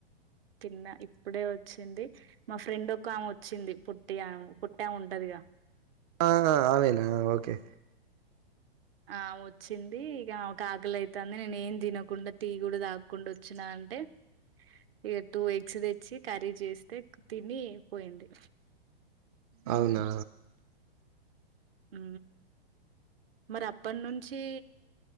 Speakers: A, on the right; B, on the right.
A: కింద ఇప్పుడే వచ్చింది మా ఫ్రెండ్ ఒక ఆమె వచ్చింది పుట్టి ఆమె పుట్టమే ఉంటది ఇగ
B: ఆ ఆమేన ఓకే
A: ఆ వచ్చింది ఇగ ఆమెకు ఆకలి ఐతంది నేనే ఏం తినకుండా టీ కూడా తాగకుండా వచ్చినా అంటే ఇక టూ ఎగ్స్ తెచ్చి కర్రీ చేస్తే తిని పోయింది
B: అవునా
A: ఊ మరి అప్పటి నుంచి